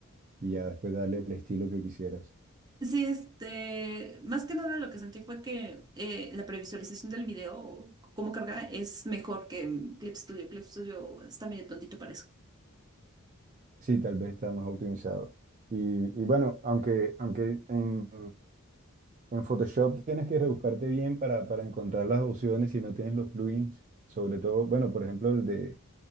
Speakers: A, on the right; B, on the right.
A: y ya después darle el estilo que quisieras.
B: Sí, este, más que nada lo que sentí fue que eh, la previsualización del video, o cómo carga, es mejor que mm, Clip Studio. Clip Studio está medio tontito para eso.
A: Sí, tal vez está más optimizado. Y, y bueno, aunque, aunque en, en Photoshop tienes que rebuscarte bien para, para encontrar las opciones si no tienes los plugins, sobre todo, bueno, por ejemplo, el de...